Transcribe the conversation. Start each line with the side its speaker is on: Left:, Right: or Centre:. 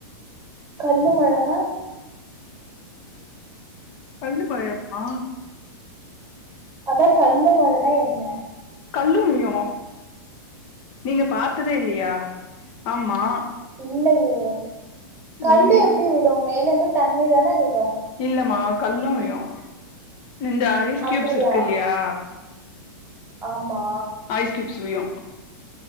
Right: கல்லு மழனா
Left: <inaudible> சொல்லு படையப்பா
Right: அதா கல்லு மழனா என்ன
Left: கல்லு விழு நீங்க பாத்ததே இல்லயா ஆமா
Right: இல்லயே கல்லு
Left: இங்க
Right: எப்படி விழு மேலருந்து தண்ணி தானே விழு
Left: இல்லமா கல்லு விழும் இந்த ஐஸ்
Right: அப்டியா
Left: கியூப்ஸ் இருக்கு இல்லையா
Right: ஆமா
Left: ஐஸ் கியூப்ஸ் விழு